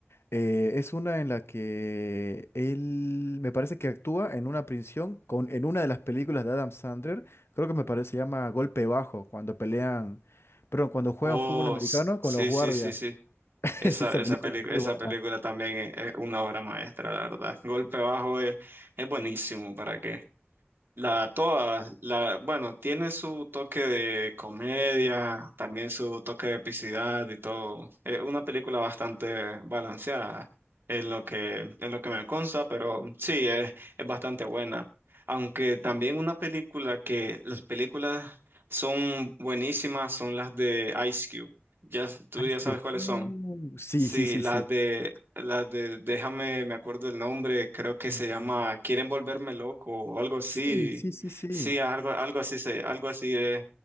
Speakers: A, on the left; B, on the right.
A: eh, es una en la que él me parece que actúa en una prisión con, en una de las películas de Adam Sandler, creo que me parece, se llama Golpe Bajo, cuando pelean, perdón, cuando juegan
B: oh,
A: fútbol americano
B: s- sí,
A: con los guardias.
B: sí, sí, sí.
A: <laughs>
B: Esa,
A: Esa
B: esa
A: película
B: película,
A: es muy
B: esa
A: buena.
B: película también es, es una obra maestra, la verdad. Golpe Bajo es, es buenísimo, ¿para qué? La toda, la, bueno, tiene su toque de comedia, también su toque de epicidad y todo. Es una película bastante balanceada en lo que, en lo que me consta, pero sí, es, es bastante buena. Aunque también una película que las películas son buenísimas son las de Ice Cube. Ya, tú
A: Ice
B: ya sabes
A: Cube.
B: cuáles
A: Uh,
B: son.
A: sí,
B: Sí,
A: sí, sí,
B: las
A: sí.
B: de, las de, déjame, me acuerdo el nombre, creo que
A: Mm,
B: se llama Quieren volverme loco o algo así.
A: Sí, sí, sí, sí.
B: Sí, algo, algo así se, algo así es